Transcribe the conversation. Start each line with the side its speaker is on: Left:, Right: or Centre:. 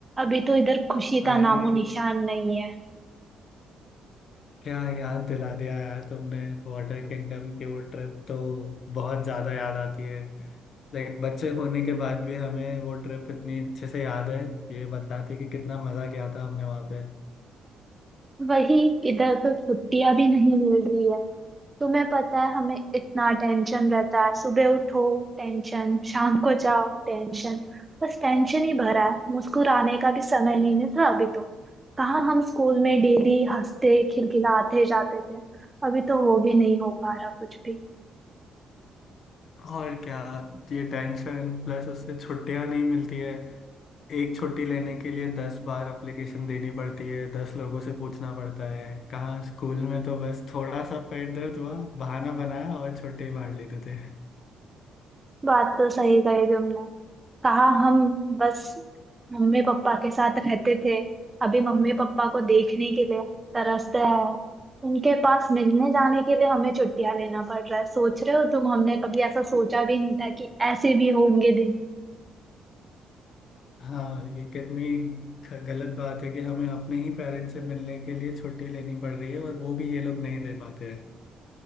Right: अभी तो इधर खुशी
Left: अरे
Right: का नामो निशान नहीं है
Left: क्या याद दिला दिया यार तुमने वाटर किंगडम की वो ट्रिप तो बहुत ज़्यादा याद आती है लाइक बच्चे होने के बाद भी हमें वो ट्रिप इतनी अच्छे से याद है ये बताती है कि कितना मज़ा किया था हमने वहाँ पे
Right: वही इधर तो छुट्टियां भी नहीं मिल रही है तुम्हें पता है हमें इतना टेंशन रहता है सुबह उठो टेंशन शाम को जाओ टेंशन बस टेंशन ही भरा है मुस्कुराने का भी समय नहीं मिलता अभी तो कहाँ हम स्कूल में डेली हंसते खिलखिलाते जाते थे अभी तो वो भी नहीं हो पा रहा कुछ भी
Left: और क्या ये टेंशन प्लस उससे छुट्टियां नहीं मिलती है एक छुट्टी लेने के लिए दस बार एप्लीकेशन देनी पड़ती है दस लोगों से पूछना पड़ता है कहाँ स्कूल में तो बस थोड़ा सा पेट दर्द हुआ बहाना बनाया और छुट्टी मार लेते थे
Right: बात तो सही कही तुमने कहा हम बस मम्मी पापा के साथ रहते थे अभी मम्मी पापा को देखने के लिए तरसते हैं उनके पास मिलने जाने के लिए हमें छुट्टियां लेना पड़ रहा है सोच रहे हो तुम हमने कभी ऐसा सोचा भी नहीं था कि ऐसे भी होंगे दिन
Left: हाँ ये कितनी ख- गलत बात है कि हमें अपने ही पेरेंट्स से मिलने के लिए छुट्टी लेनी पड़ रही है और वो भी ये लोग नहीं दे पाते